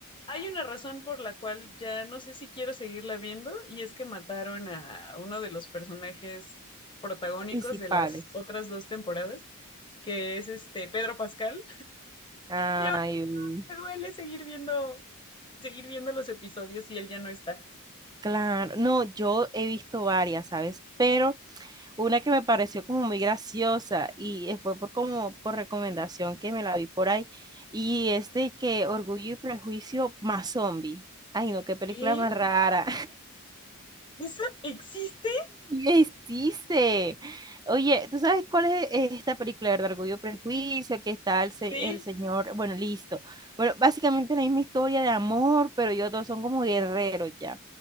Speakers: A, on the left; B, on the right.
A: hay una razón por la cual ya no sé si quiero seguirla viendo y es que mataron a uno de los personajes protagónicos
B: principales.
A: de las otras dos temporadas que es este Pedro Pascal,
B: Ay,
A: y ahora
B: mm,
A: me duele seguir viendo, seguir viendo los episodios y él ya no está.
B: claro. No, yo he visto varias, ¿sabes? Pero una que me pareció como muy graciosa y eh, fue por como por recomendación que me la vi por ahí. Y es de que Orgullo y Prejuicio más zombie. Ay, no, qué película
A: ¿Eh?
B: más rara.
A: ¿Eso existe?
B: ¿Qué hiciste? Oye, ¿tú sabes cuál es eh, esta película, verdad? Orgullo y Prejuicio, que está el, se-
A: Sí,
B: el señor, bueno, listo. Bueno, básicamente es la misma historia de amor, pero ellos dos son como guerreros ya.